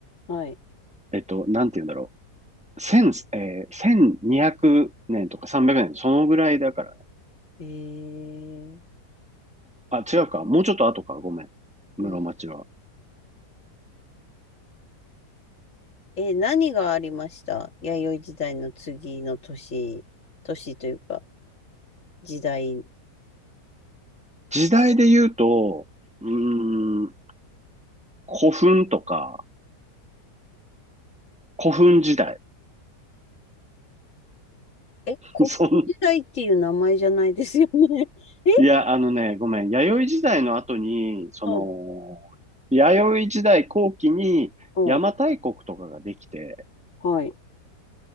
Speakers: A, on the left; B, in the centre.
A: はい。
B: えっと、なんて言うんだろう。千、えー、1200年とか300年、そのぐらいだから、
A: えー、
B: あ、違うか。もうちょっと後か。ごめん。室町は。
A: うんえー何がありました弥生時代の次の年、年というか、時代。
B: 時代で言うと、うーん、古墳とか、古墳時代。
A: え、
B: <laughs>
A: 古墳時代っていう名前じゃないですよね。
B: そん、
A: <laughs> え
B: いや、あのね、ごめん。弥生時代の後に、その、
A: うん、
B: 弥生時代後期に邪馬台国とかができて、
A: うん、はい、